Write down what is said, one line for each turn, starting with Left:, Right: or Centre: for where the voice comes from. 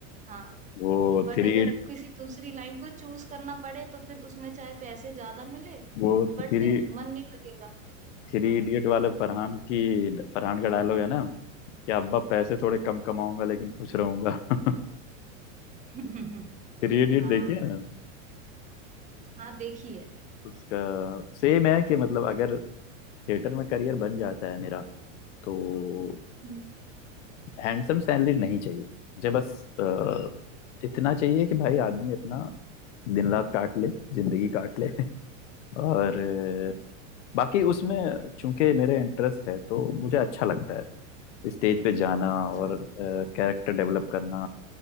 Right: हाँ
Left: वो
Right: बट
Left: थ्री
Right: अगर किसी दूसरी लाइन को चूज करना पड़े तो फिर उसमें चाहे पैसे ज्यादा मिले
Left: वो थ्री
Right: बट फिर मन नहीं लगेगा
Left: थ्री
Right: हाँ
Left: इडियट वाले फरहान की फरहान का डायलॉग है ना कि अब्बा पैसे थोड़े कम कमाऊंगा लेकिन खुश रहूंगा <laughs>
Right: <laughs>
Left: थ्री इडियट
Right: हाँ
Left: देखिए ना
Right: हाँ देखी है
Left: उसका सेम है कि मतलब अगर थिएटर में करियर बन जाता है मेरा तो
Right: हम्म,
Left: हैंडसम सैलरी नहीं चाहिए मुझे बस अ, इतना चाहिए कि भाई आदमी अपना दिन रात काट ले जिंदगी काट ले <laughs> और अ, बाकी उसमें चूंकि मेरा इंटरेस्ट है तो मुझे अच्छा लगता है स्टेज पे जाना
Right: अच्छा
Left: और कैरेक्टर डेवलप करना